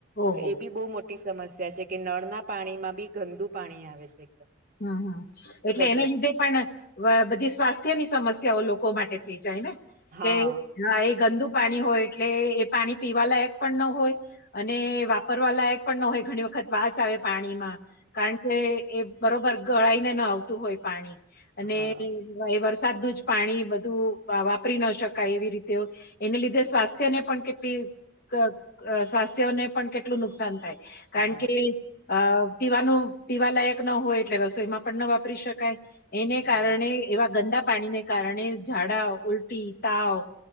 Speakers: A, on the left; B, on the right.
A: ઓહો
B: તો એ બી બહુ મોટી સમસ્યા છે કે નળના પાણીમાં બી ગંદુ પાણી આવે એકદમ છે.
A: હ હ એટલે
B: ગટરનું
A: એના લીધે પણ વ બધી સ્વાસ્થ્યની સમસ્યાઓ લોકો માટે થઈ જાય ને
B: હા
A: કે હા એ ગંદુ પાણી હોય એટલે એ પાણી પીવાલાયક પણ ન હોય. અને વાપરવા લાયક પણ ન હોય ઘણી વખત વાસ આવે પાણીમાં કારણ કે એ બરોબર ગળાઈને ન આવતું હોય પાણી અને
B: હા
A: એ વરસાદનું જ પાણી બધું વાપરી ન શકાય એવી રીતે એને લીધે સ્વાસ્થ્યને પણ કેટલી અ સ્વાસ્થ્યને પણ કેટલું નુકસાન થાય. કારણ
B: હા
A: કે અ પીવાનું પીવા લાયક ન હોય એટલે રસોઈમાં પણ ન વાપરી શકાય. એને કારણે એવા ગંદા પાણીને કારણે ઝાડા, ઉલટી, તાવ